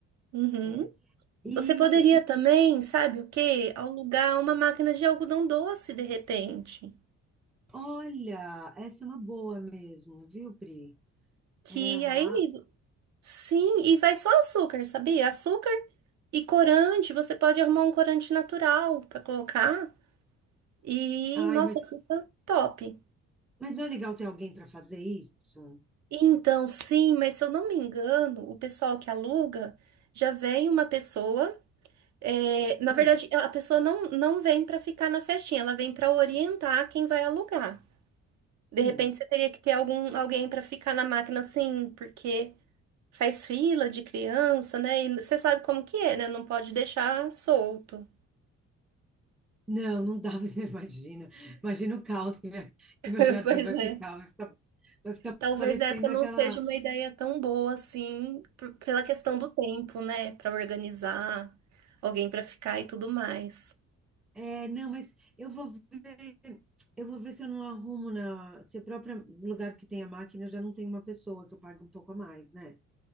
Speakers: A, on the right (about 65°); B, in the centre.
A: Uhum.
B: É. E,
A: Você poderia também, sabe o quê? Alugar uma máquina de algodão doce, de repente.
B: Olha, essa é uma boa mesmo, viu, Pri?
A: Que
B: É uma.
A: aí, sim, e vai só açúcar, sabia? Açúcar e corante. Você pode arrumar um corante natural para colocar. E,
B: Ai,
A: nossa,
B: mas,
A: fica top.
B: mas não é legal ter alguém para fazer isso?
A: Então, sim, mas se eu não me engano, o pessoal que aluga já vem uma pessoa. é, na
B: Ah,
A: verdade, a pessoa não, não vem para ficar na festinha, ela vem para orientar quem vai alugar.
B: sim.
A: De repente, você teria que ter algum, alguém para ficar na máquina, assim, porque faz fila de criança, né? E você sabe como que é, né? Não pode deixar solto.
B: Não, não dá, <laughs> você imagina. Imagina o caos que, minha- que
A: <laughs>
B: meu jardim
A: Pois
B: vai ficar,
A: é.
B: vai ficar, vai ficar
A: Talvez
B: parecendo
A: essa não
B: aquela.
A: seja uma ideia tão boa assim, por- pela questão do tempo, né? para organizar, alguém para ficar e tudo mais.
B: É, não, mas eu vou ver, eu vou ver se eu não arrumo na. Se o próprio lugar que tem a máquina eu já não tem uma pessoa que eu pague um pouco a mais, né?